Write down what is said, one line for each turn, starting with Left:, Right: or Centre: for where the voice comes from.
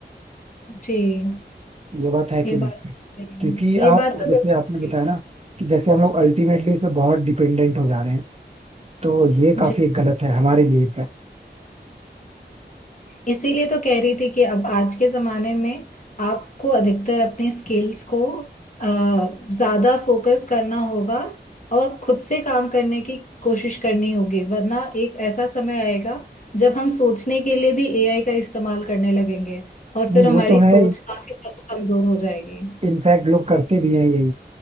Left: जी
Right: ये बात है कि
Left: ये बात
Right: नहीं
Left: तो सही
Right: क्योंकि
Left: है। ये
Right: आप
Left: बात तो
Right: जैसे
Left: बिल्कुल
Right: आपने
Left: सही
Right: बताया ना
Left: है।
Right: कि जैसे हम लोग अल्टीमेटली इस पे बहुत डिपेंडेंट हो जा रहे हैं तो ये काफी
Left: जी
Right: गलत है हमारे लिए इनफैक्ट
Left: इसीलिए तो कह रही थी कि अब आज के जमाने में आपको अधिकतर अपने स्किल्स को अ, ज्यादा फोकस करना होगा और खुद से काम करने की कोशिश करनी होगी वरना एक ऐसा समय आएगा जब हम सोचने के लिए भी एआई का इस्तेमाल करने लगेंगे और
Right: नहीं
Left: फिर हमारी
Right: वो तो है
Left: सोच काफी हद तक कमजोर हो जाएगी
Right: इनफैक्ट लोग करते भी हैं यही